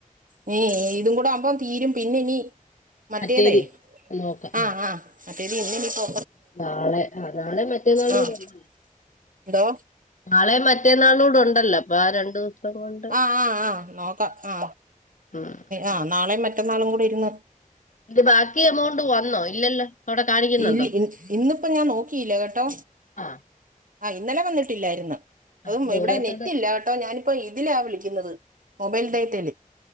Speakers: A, on the right; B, on the left.
A: നി ഇതും കൂടെ ആവുമ്പം തീരും പിന്നെ ഇനി മറ്റേതേ
B: മറ്റേതി നോക്കാം
A: ആഹ്
B: ആ
A: ആഹ് മറ്റേത് ഇന്നിനിപ്പോ
B: നാളെ ആഹ് നാളെ മറ്റേന്നാളൂടണ്ടല്ലേ
A: ആഹ് എന്തോ
B: നാളേം മ മറ്റേന്നാളൂടെ ഉണ്ടല്ലോ അപ്പൊ ആ രണ്ടു കൊണ്ട്
A: ആ ആ ആ നോക്കാം ആ
B: ഉം
A: ആ നാളേം മറ്റന്നാളും കൂടി ഇര്ന്ന്
B: തിന്റെ ബാക്കി എമൗണ്ട് വന്നോ ഇല്ലല്ലോ അവിടെ കാണിക്കുന്നുണ്ടോ
A: ഇൽ ഇ ഇന്നിപ്പോ ഞാൻ നോക്കിയില്ല കേട്ടോ
B: ആ
A: ആഹ് ഇന്നലെ വന്നിട്ടില്ലായിരുന്നു. അതും
B: അപ്പൊ
A: ഇവിടെ
B: ഓരോരുത്തരുടെ
A: നെറ്റില്ല കട്ടോ ഞാനിപ്പോ ഇതിലാ വിളിക്കുന്നത്. മൊബൈൽ ഡേറ്റാല്